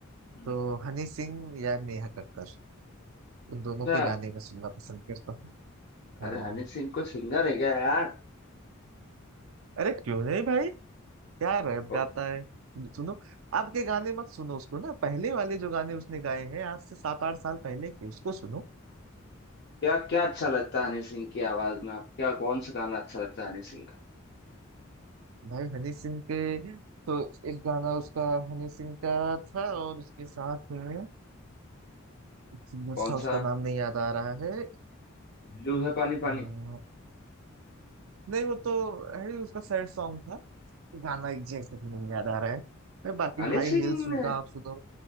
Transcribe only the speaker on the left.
हम्म।
अच्छा
अरे हनी सिंह को सिंगर है क्या यार
को-
क्या क्या अच्छा लगता है हनी सिंह की आवाज में आप क्या कौन सा गाना अच्छा लगता है हनी सिंह का
कौन
सा
ब्लू है पानी पानी
हनी
सिंह
ने